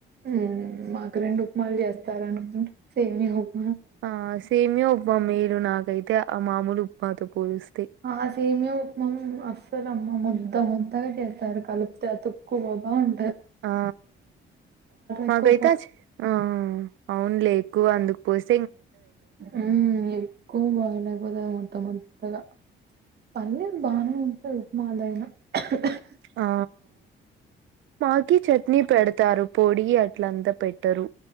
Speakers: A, on the right; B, on the right.
A: హ్మ్ మాకు రెండు ఉప్మాలు చేస్తారు అనుకుంటూ సేమ్యా ఉప్
B: ఆ సేమియా ఉప్మా మేలు నాకైతే ఆ మామూలు ఉప్మా తో పోలుస్
A: ఆ సేమియా ఉప్మా అస్సల్ అమ్మో ముద్ద ముద్దగా చేస్తారు కలిపితే అతుక్కుపోతా ఉం
B: ఆ మాకైతే
A: ఎక్కువ పో
B: అచి ఆ అవునులే ఎక్కువ అందుకు పూస్
A: ఊ ఎక్కువ బాయిల్ అయిపోతాయి మొత్తం అన్ కలా పర్లేదు బానే ఉంటాయి <inaudible>
B: ఆ మాకీ చట్నీ పెడ తారు పొడి అట్లంతా పెట్టరు